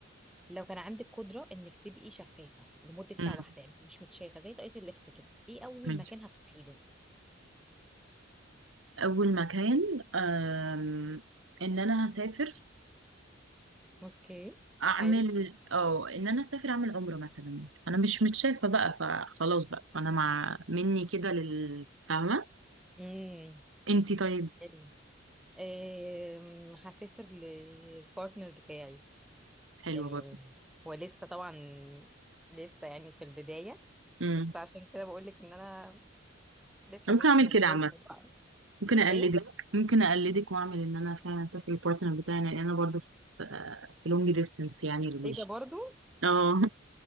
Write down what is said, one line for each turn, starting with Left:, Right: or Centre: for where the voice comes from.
Centre: لو كان عندك قدرة انك تبقي شفافة لمدة ساعة
Right: لي
Centre: واحدة يعني مش متشافة زي طاقية الإخفاء كده ايه اول
Right: ماشي
Centre: مكان هتروحي له
Right: اول مكان أم... ان انا هسافر
Centre: اوكي
Right: اعمل
Centre: حلو
Right: اه ان انا اسافر اعمل عمره مثلا انا مش متشافه بقى فخلاص بقى فانا مع مني كده لل فاهمه
Centre: امم
Right: انتي طيب
Centre: حلو أم، هسافر للبارتنر بتاعي
Right: حلوه
Centre: يعني
Right: برضه
Centre: هو لسه طبعا لسه يعني في البداية
Right: امم
Centre: بس عشان كده بقول لك ان انا لسه
Right: ممكن
Centre: مش
Right: اعمل
Centre: مش
Right: كده
Centre: جوه
Right: عامه
Centre: الموضوع
Right: ممكن اقلدك
Centre: ايه
Right: ممكن اقلدك واعمل ان انا فعلا اسافر البارتنر بتاعي لان انا برضه في في لونج ديستنس يعني ريليشن
Centre: ايه ده برضو
Right: اه